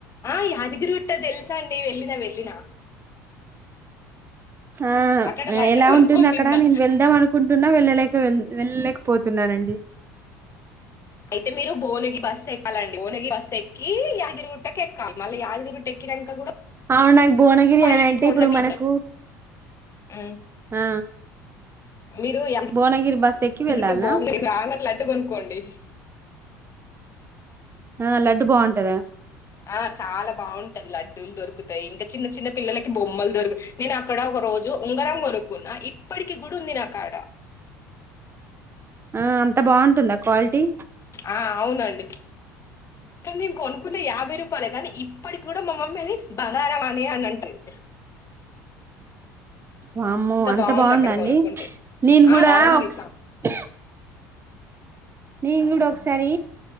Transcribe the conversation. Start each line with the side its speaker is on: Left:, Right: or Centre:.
Left: ఆ యాదగిరి గుట్ట తెలుసండి వెళ్లిన వెళ్లిన
Right: ఆ
Left: అక్కడ లడ్డు
Right: ఎలా
Left: కొనుక్కొని
Right: ఉంటుంది అక్కడ
Left: తిన్నా
Right: నేను వెళ్దాం అనుకుంటున్నా వెళ్ళలేక వెల్ వెళ్ళలేక పోతున్నానండి.
Left: అయితే మీరు భోనగి బస్సు ఎక్కాలండి భోనగి బస్సు ఎక్కి యాదగిరిగుట్టకేక్కాలి మళ్ళీ యాదగిరిగుట్ట ఎక్కినంక కూడా
Right: అవున బోనగిరి
Left: పైకి
Right: అని అంటే
Left: కొండ
Right: ఇప్పుడు
Left: మీద
Right: మనకు
Left: ఉమ్,
Right: ఆ
Left: మీరు యాదగిరిగుట్ట
Right: భువనగిరి బస్ ఎక్కి వెళ్ళాలనా
Left: పొంగనే లడ్డు కొనుక్కోండి
Right: ఆ లడ్డు బాగుంటదా
Left: ఆ చాలా బాగుంటది లడ్డూ దొరుకు టాయి ఇంకా చిన్న చిన్న పిల్లలకి బో బోమ్మల్ దొరుకు నేను అక్కడ ఒక రోజు ఉంగరం కొనుక్కున్నా. ఇప్పటికి కూడ ఉంది. నాకాడ
Right: ఆ అంత బాగుంటుందా క్వాలిటీ.
Left: ఆ అవునండి కానీ నేను కొనుక్కుంది. యాభై రూపాయలే కానీ ఇప్పటికి కూడా మా మమ్మీ అది బంగారమే అని అంటది.
Right: వామ్మో అంత
Left: బావుంది
Right: బాగుందండి
Left: అక్కడ కొనుక్కుంటే.
Right: నేను కూడా
Left: ఆ బావుంది
Right: ఒకసా
Left: చా
Right: నేను కూడా ఒకసారి